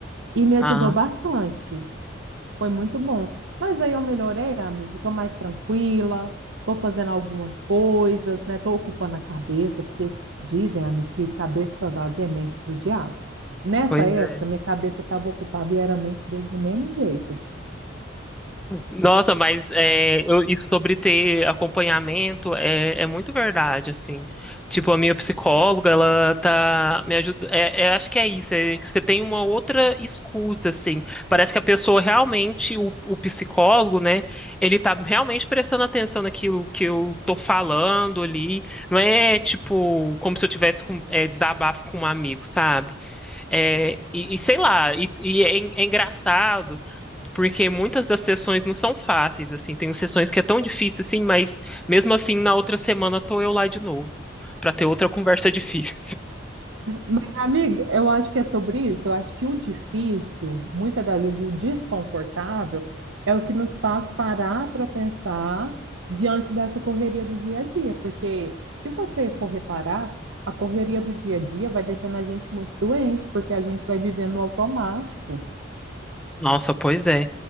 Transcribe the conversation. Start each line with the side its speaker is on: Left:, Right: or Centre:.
Right: e me ajudou
Centre: Ah,
Right: bastante. Foi muito bom. Mas aí eu melhorei, amiga. Tô mais tranquila, tô fazendo algumas coisas, né? Tô ocupando a cabeça, porque dizem, amiga, que cabeça vazia é mente do diabo. Nessa
Centre: pois
Right: época,
Centre: é.
Right: minha cabeça estava ocupada e era mente dele do mesmo jeito.
Centre: Nossa, mas é, eu- isso sobre ter acompanhamento é, é muito verdade, assim. Tipo, a minha psicóloga, ela tá me ajudando. É, é, acho que é isso, é que você tem uma outra escuta, assim. Parece que a pessoa realmente, o, o psicólogo, né, ele tá realmente prestando atenção naquilo que eu tô falando ali. Não é, tipo, como se eu tivesse com, é, desabafo com um amigo, sabe? É, e, e sei lá, e, e é en- é engraçado porque muitas das sessões não são fáceis, assim, tem sessões que é tão difícil assim, mas mesmo assim na outra semana tô eu lá de novo, para ter outra conversa <laughs> difícil.
Right: Mas, amigo, eu acho que é sobre isso. Eu acho que o difícil, muitas das vezes o desconfortável, é o que nos faz parar para pensar diante dessa correria do dia a dia. Porque se você for reparar, a correria do dia a dia vai deixando a gente muito doente, porque a gente vai vivendo no automático.
Centre: Nossa, pois é.